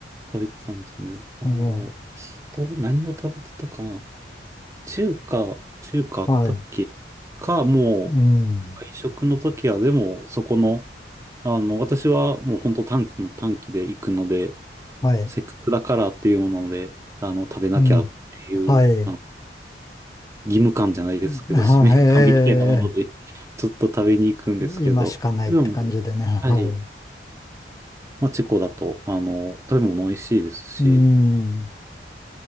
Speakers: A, on the right; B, on the left.
A: 食べてたんですね。あの、
B: うん
A: 人、何を食べてたかな。中華、中華あったっけか、
B: はい。
A: もう、
B: うん。
A: 外食の時は、でも、そこの、あの、私はもう本当短期の短期で行くので、
B: はい。
A: せっかくだからっていうもので、あの、食べなきゃっていう、
B: うん。はい。うんはい
A: あの義務感じゃないですけど、
B: うんはいはいえ
A: 使命感みたいなもので、ちょっと食べに行くんですけど、
B: <laughs> ー今しかないって感じでね。
A: でも、
B: はい。
A: はい。まあ、チェコだと、あの、食べ物美味しいですし、
B: うん。